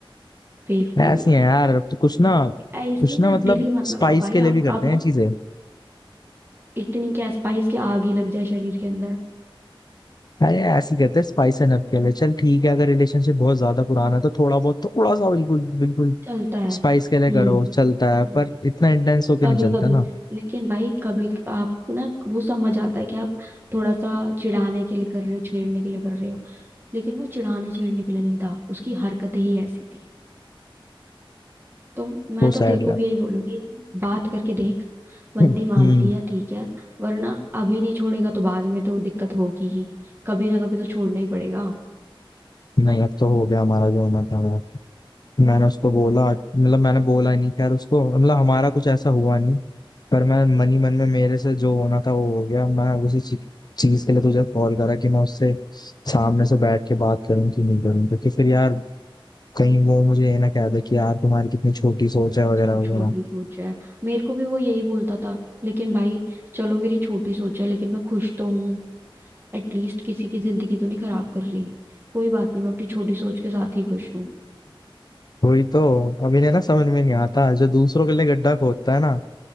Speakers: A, on the right (about 25°); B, on the left (about 45°).
A: बेवकूफ
B: ऐसी है यार अब तो कुछ ना कुछ
A: ऐ- इसलिए
B: ना
A: ना
B: मतलब
A: दिल ही मत
B: स्पाइस
A: लगाओ भाई
B: के लिए
A: आप
B: भी करते
A: आप ना
B: हैं चीजें
A: इतनी क्या स्पाइस के आग ही लग जाए शरीर के अंदर
B: अरे ऐसे ही करते हैं स्पाइस एंड हब के लिए चल ठीक है अगर रिलेशनशिप बहुत ज्यादा पुराना है तो थोड़ा बहुत थोड़ा सा बिल्कुल बिल्कुल
A: चलता है
B: स्पाइस
A: हम्म
B: के लिए करो चलता है
A: हम्म,
B: पर इतना इंटेंस होके
A: कभी
B: नहीं चलता
A: कभी
B: ना
A: लेकिन भाई कभी आपको ना वो समझ आता है कि आप थोड़ा सा चिढ़ाने के लिए कर रहे हो छेड़ने के लिए कर रहे हो लेकिन वो चिढ़ाने छेड़ने के लिए नहीं था उसकी हरकतें ही ऐसी थी तो मैं
B: वो
A: तो
B: सैड
A: तेरे को
B: यार
A: भी यही बोलूंगी बात करके देख बंदी
B: हम्म
A: मानती है ठीक है वरना अभी नहीं छोड़ेगा तो बाद में तो दिक्कत होगी ही कभी ना कभी तो छोड़ना ही पड़ेगा
B: नहीं अब तो हो गया हमारा जो होना था यार। मैंने उसको बोला मतलब मैंने बोला नहीं खैर उसको मतलब हमारा कुछ ऐसा हुआ नहीं पर मैं मन ही मन में मेरे से जो होना था वो हो गया मैं उसी चीज चीज के लिए तुझे कॉल करा कि मैं उससे सामने से बैठ के बात करूं कि नहीं करूं क्योंकि फिर यार कहीं वो मुझे ये ना कह दे कि यार तुम्हारी कितनी छोटी सोच है वगैरह
A: एकदम
B: वगैरह
A: छोटी सोच है मेरे को भी वो यही बोलता था लेकिन भाई चलो मेरी छोटी सोच है लेकिन मैं खुश तो हूँ एटलीस्ट किसी की जिंदगी तो नहीं खराब कर रही कोई बात नहीं मैं अपनी छोटी सोच के साथ ही खुश हूँ
B: <laughs> वही तो अब इन्हें ना समझ में नहीं आता जो दूसरों के लिए गड्ढा खोदता है ना